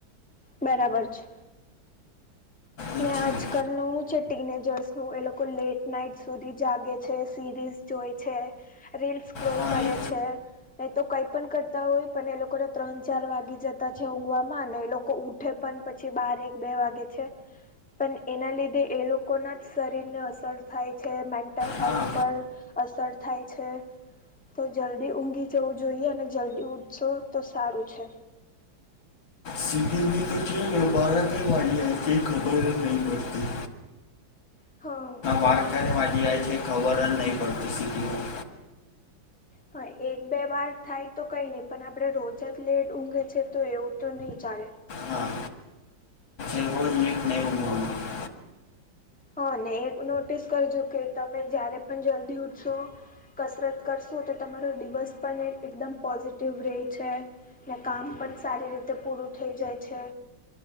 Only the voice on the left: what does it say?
એથી
હા
એ
હા
સિગની તો છે ગણભારાતને વાડીએ તે ખબર જ નહીં પડતી
વારક્યારે માજી આ છે ખવર જ નહીં પડતી સિટીમાં
હા એ રોજ નક <unintelligible>